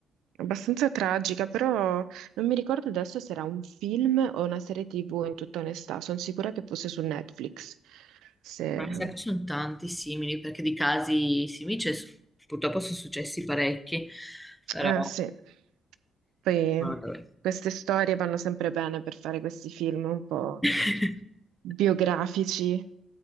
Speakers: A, on the right; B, in the centre.
A: abbastanza tragica, però non mi ricordo adesso se era un film o una serie TV, in tutta onestà. Sono sicura che fosse su Netflix. Se...
B: Ma mi sa che ci sono tanti simili, perché di casi simili c'è- purtroppo sono successi parecchi, però...
A: Ah, sì. Poi
B: Madò.
A: queste storie vanno sempre bene per fare questi film un po'
B: <laughs>
A: biografici.